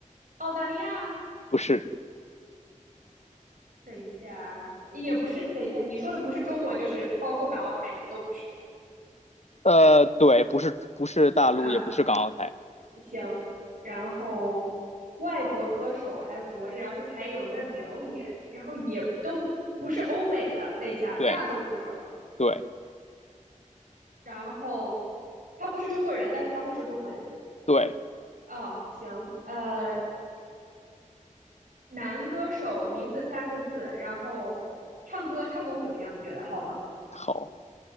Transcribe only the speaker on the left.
不是，
呃，对，不是不是大陆，
也不是港澳台，
对
对
对，
好，